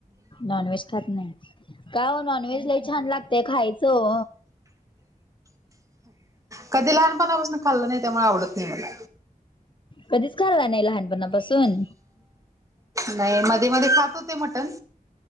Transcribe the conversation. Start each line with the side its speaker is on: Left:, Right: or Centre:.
Left: नॉनवेज खात नाही का नॉनवेज ल छान लागतेय खायचं
Right: कधी लहानपणापासून खाल्लं नाही त्यामुळे आवडत नाही मला.
Left: कधीच खला नाही लहानपणापासून
Right: नाही मध्ये मध्ये खातो हो ते मटण